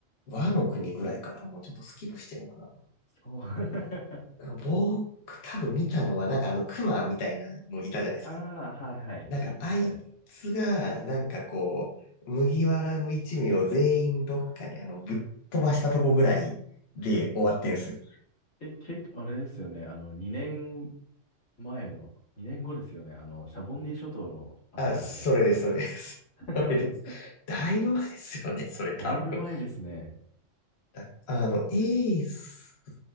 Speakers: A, on the left (about 55°); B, on the left (about 75°).
A: う。和の国ぐらいからもうちょっとスキップしちゃおうか
B: そう。<laughs>
A: な。僕、多分見たのはなんかあの熊みたいなのいたじゃないですか。
B: ああ、はいはい。
A: なんか、
B: 言いますね。
A: あいつが、なんかこう、麦わらの一味を全員どっかにあの、ぶっ飛ばしたとこぐらいで終わってんすよ。
B: え、結構、あれですよね。あの、2年前の2年後ですよね。あの、シャボンディ諸島のあたりじゃないですか。
A: あ、それです、それです。
B: <laughs>
A: <laughs> それです。だいぶ前ですよね、それ多分。
B: だいぶ前ですね。
A: だあの、エース